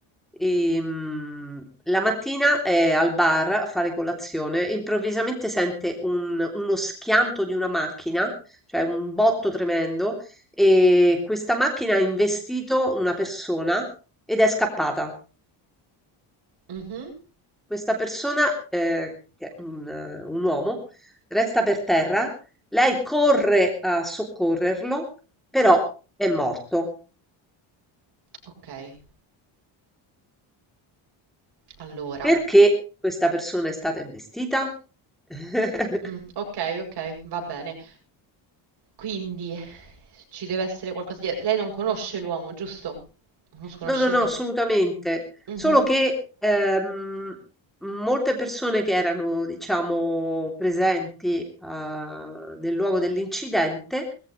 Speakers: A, in the centre; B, on the right.
A: Ehm, la mattina è al bar a fare colazione, improvvisamente sente un- uno schianto di una macchina, cioè un botto tremendo, e questa macchina ha investito una persona ed è scappata.
B: mhm,
A: Questa persona, eh, che è un, eh, un uomo, resta per terra, lei corre a soccorrerlo, però è morto.
B: ok, allora,
A: Perché questa persona è stata investita? <laughs>
B: mm, ok, ok, va bene. Quindi... Ci deve essere qualcosa dietro. Lei non conosce l'uomo, giusto? Uno sconosciuto.
A: No, no, no, assolutamente.
B: Mhm.
A: Solo che ehm, molte persone che erano, diciamo, presenti ah, nel luogo dell'incidente